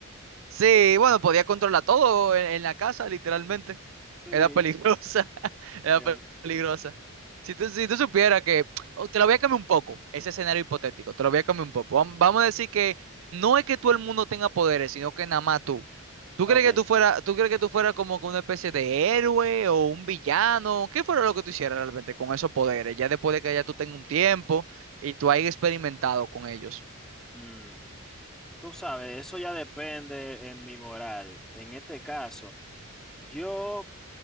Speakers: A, on the right; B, in the centre.
A: Sí, bueno, podía controlar todo en, en la casa, literalmente.
B: Sí,
A: Era peligrosa, <laughs> era
B: dígame.
A: pe- peligrosa. Si tú, si tú supieras que, oh, te lo voy a cambiar un poco, ese escenario hipotético, te lo voy a cambiar un poco. Vam- Vamos a decir que no es que todo el mundo tenga poderes, sino que nada más tú. ¿Tú
B: Ok.
A: crees que tú fuera, tú crees que tú fuera como que una especie de héroe o un villano? ¿Qué fuera lo que tú hicieras realmente con esos poderes? Ya después de que ya tú tengas un tiempo y tú hayas experimentado con ellos.
B: mm, Tú sabes, eso ya depende en mi moral. En este caso, yo,